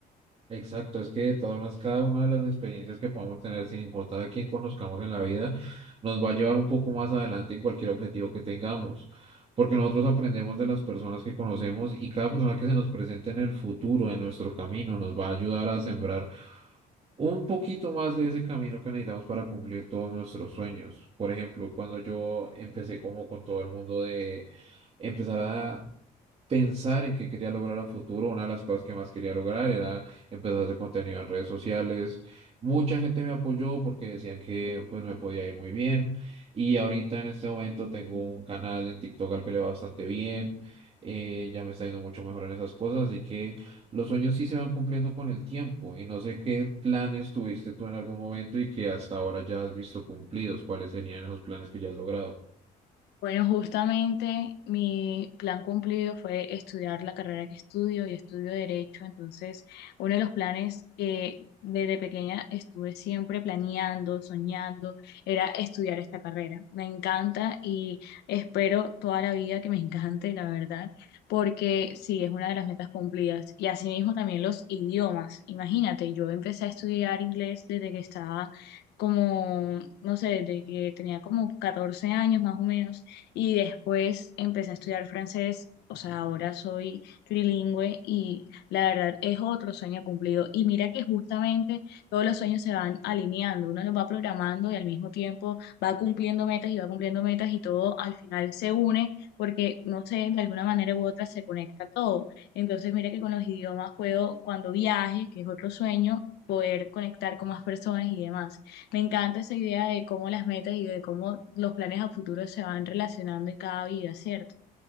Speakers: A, on the right (about 35°); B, on the left (about 80°).
A: Exacto, es que de todas maneras cada una de las experiencias que podamos tener, sin importar a quién conozcamos en la vida, nos va a llevar un poco más adelante en cualquier objetivo que tengamos, porque nosotros aprendemos de las personas que conocemos y cada persona que se nos presente en el futuro, en nuestro camino, nos va a ayudar a sembrar un poquito más de ese camino que necesitamos para cumplir todos nuestros sueños. Por ejemplo, cuando yo empecé como con todo el mundo de empezar a pensar en qué quería lograr a futuro. Una de las cosas que más quería lograr era empezar a hacer contenido en redes sociales. Mucha gente me apoyó porque decían que pues me podía ir muy bien. Y ahorita en este momento tengo un canal en TikTok al que le va bastante bien. Eh, ya me está yendo mucho mejor en esas cosas, así que los sueños sí se van cumpliendo con el tiempo. Y no sé qué planes tuviste tú en algún momento y que hasta ahora ya has visto cumplidos. ¿Cuáles serían esos planes que ya has logrado?
B: Bueno, justamente mi plan cumplido fue estudiar la carrera que estudio y estudio Derecho. Entonces, uno de los planes que desde pequeña estuve siempre planeando, soñando, era estudiar esta carrera. Me encanta y espero toda la vida que me encante, la verdad, porque sí, es una de las metas cumplidas. Y asimismo también los idiomas. Imagínate, yo empecé a estudiar inglés desde que estaba... como, no sé, desde que tenía como 14 años más o menos y después empecé a estudiar francés, o sea, ahora soy trilingüe y la verdad es otro sueño cumplido. Y mira que justamente todos los sueños se van alineando, uno los va programando y al mismo tiempo va cumpliendo metas y va cumpliendo metas y todo al final se une porque, no sé, de alguna manera u otra se conecta todo. Entonces, mira que con los idiomas puedo, cuando viaje, que es otro sueño, poder conectar con más personas y demás. Me encanta esa idea de cómo las metas y de cómo los planes a futuro se van relacionando en cada vida, ¿cierto?